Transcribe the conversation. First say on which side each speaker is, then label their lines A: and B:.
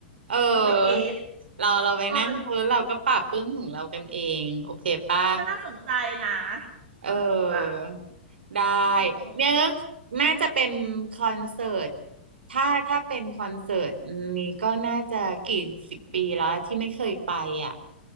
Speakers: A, on the right; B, on the right.
A: เออ
B: เราไปกรีด
A: เราเราไปนั่งคุยแล้วเราก็ปรับปรื้มของเรากันเองโอเคป่ะ
B: เออก็น่าสนใจนะก็น่าสนใจ
A: เออได้
B: โอ
A: เนี่ยก็
B: ้
A: น่าจะเป็นคอนเสิร์ตถ้าถ้าเป็นคอนเสิร์ตนี้ก็น่าจะกี่สิบปีแล้วที่ไม่เคยไปอ่ะ